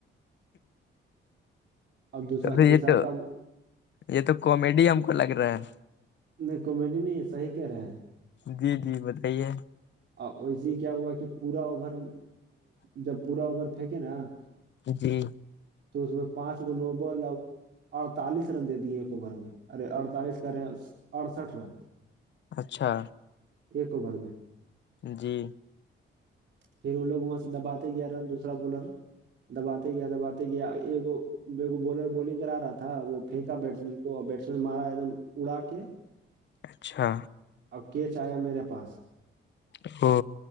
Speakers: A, on the right; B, on the left.
A: اور دوسرا
B: تو پھر
A: تیسر
B: یہ تو
A: کا
B: یہ تو کامیڈی ہم کو لگ رہا ہے
A: نہیں کامیڈی نہیں ہے صحیح کہہ رہے ہیں
B: جی جی بتائیے
A: اور ویس ہی کیا ہوا کہ پورا اوور جب پورا اوور پھینکے نا
B: جی
A: تو اس میں پانچ کو نو بال اور اڑتالیس رن دیتے ایک اوورھر میں ارے اڑتالیس کریں اڑسٹھ رن
B: اچھا
A: ایک اوور میں
B: جی
A: پھر وہ لوگ وہاں سے دباتے گیا رن دوسرا بالر دباتے گیا دباتے گیا ایک بالر بولنگ کرا رہا تھا وہ پھینکا بیٹس مین کو اور بیٹسمین مارا ایک دم اڑا کے <inaudible>
B: اچھا
A: اب کیس آیا میرے پاس
B: او